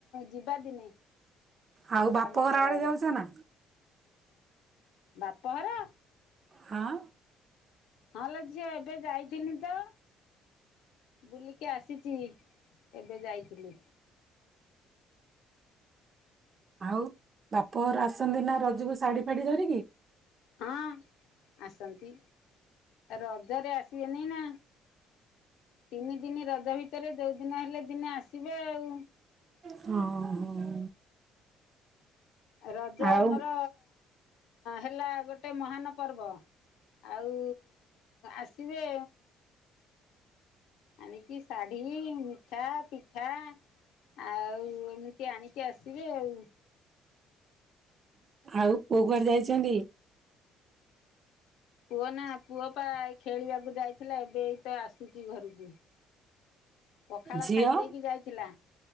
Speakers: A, on the left (about 75°); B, on the right (about 25°).
A: ଯିବା ଦିନେ
B: ଆଉ ବାପଘର
A: ତମ ଘର ଆଡେ।
B: ଯାଉଛ ନା?
A: ବାପଘର।
B: ହଁ।
A: ହଁ ଲୋ ଝିଅ ଏବେ ଯାଇଥିନି ତ। ବୁଲିକି ଆସିଛି ଏବେ ଯାଇଥିଲି।
B: ଆଉ ବାପର ଆସନ୍ତି ନା ରଜୁକୁ ଶାଢୀ ଫାଡି ଧରିକି।
A: ହଁ ଆସନ୍ତି ରଜରେ ଆସିବେନି ନା। ତିନି ଦିନ ରଜ ଭିତରେ ଯୋଉ ଦିନ ହେଲେ ଦିନେ ଆସିବେ ଆଉ।
B: ହଁ। ହଁ
A: ରଜ
B: ଆଉ
A: ଆମର ହେଲା ଗୋଟେ ମହାନ ପର୍ବ ଆଉ ଆସିବେ। ଆଣିକି ଶାଢ଼ୀ ମିଠା ପିଠା। ଆଉ ଏମିତି ଆଣିକି ଆସିବେ ଆଉ।
B: ଆଉ ପୁଅ କୁଆଡେ ଯାଇଛନ୍ତି?
A: ପୁଅ ନା ପୁଅ ପା ଏ ଖେଳିବାକୁ ଯାଇଥିଲା ଏବେ ହେଇତ ଆସୁଛି ଘରକୁ। ପଖାଳ
B: ଝିଅ
A: ଖାଇ ଦେଇକି ଯାଇଥିଲା